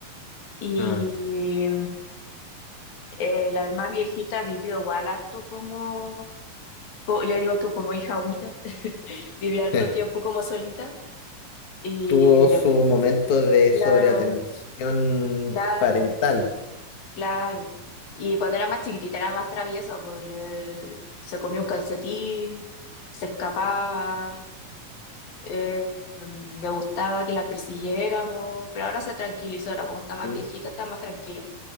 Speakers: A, on the left; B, on the left.
A: Y
B: Ah,
A: eh, la más viejita vivió igual harto como co- yo digo que como hija única, <laughs> viví harto
B: eh,
A: tiempo como solita y
B: Tuvo
A: le-
B: su momento de
A: claro,
B: sobreatención
A: claro,
B: parental.
A: claro. Y cuando era más chiquitita era más traviesa, pues le- se comía un calcetín, se escapaba, eh, le gustaba que la persiguiéramos, pero ahora se tranquilizó, ahora como está más
B: ¿sí?
A: viejita está más tranquila,